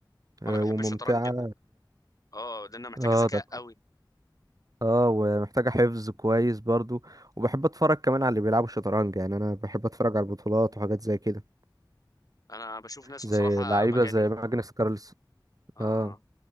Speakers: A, on the right; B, on the left.
A: آه،
B: انا بحب
A: وممتعة
B: الشطرنج جدا اه لانه محتاجه
A: اه
B: ذكاء
A: ده
B: قوي
A: اه ومحتاجة حفظ كويس برضو وبحب اتفرج كمان على اللي بيلعبوا شطرنج يعني انا بحب اتفرج على البطولات وحاجات زي كده
B: انا بشوف ناس
A: زي
B: بصراحه
A: لعيبة
B: مجانين
A: زي ماجنس كارلس
B: اه
A: اه